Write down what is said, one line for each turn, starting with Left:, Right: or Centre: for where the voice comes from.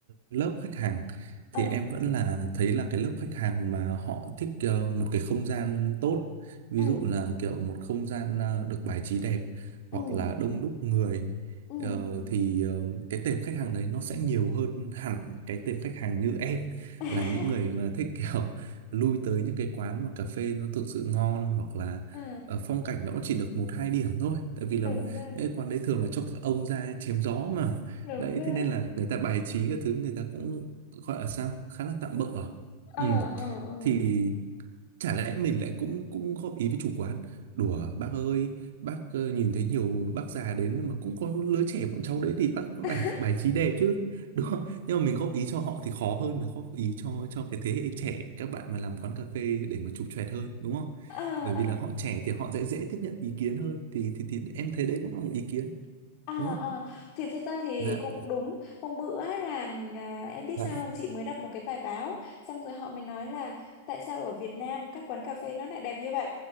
Right: lớp khách hàng
Left: ờ
Right: thì em vẫn là thấy là cái lớp khách hàng mà họ thích ờ, một cái không gian tốt ví
Left: ừ
Right: dụ là kiểu một không gian ờ, được bài trí đẹp
Left: ừ
Right: hoặc là đông đúc người
Left: ừ
Right: Ờ, thì ờ, cái tệp khách hàng đấy nó sẽ nhiều hơn hẳn cái tệp khách hàng như em
Left: <laughs>
Right: là những người ờ, thích kiểu lui tới những cái quán mà cà phê nó thực sự ngon hoặc là
Left: ờ
Right: ờ, phong cảnh nó cũng chỉ được một hai điểm thôi tại vì là
Left: đúng rồi
Right: cái quán đấy thường là cho các ông ra chém gió mà
Left: đúng
Right: đấy
Left: rồi
Right: thế nên là người ta bài trí các thứ người ta cũng gọi là sao khá là tạm bợ à
Left: ờ
Right: ừ
Left: ờ ờ
Right: thì chả lẽ mình lại cũng cũng góp ý với chủ quán đùa bác ơi bác ờ, nhìn thấy nhiều bác già đến nhưng mà cũng có lứa trẻ bọn cháu đấy thì bác
Left: <laughs>
Right: phải bài trí đẹp chứ đúng không nhưng mà mình góp ý cho họ thì khó hơn là góp ý cho cho cái thế hệ trẻ các bạn mà làm quán cà phê để mà chụp choẹt hơn đúng không
Left: ờ
Right: bởi
Left: ờ
Right: vì là họ trẻ thì họ dễ dễ tiếp nhận ý kiến hơn thì thì thì em thấy đấy cũng là một ý kiến
Left: À,
Right: đúng không
Left: à, thì thật ra thì
Right: dạ
Left: cũng đúng hôm bữa là à, em biết
Right: dạ
Left: sao không chị mới đọc một cái bài báo xong rồi họ mới nói là tại sao ở Việt Nam các quán cà phê nó lại đẹp như vậy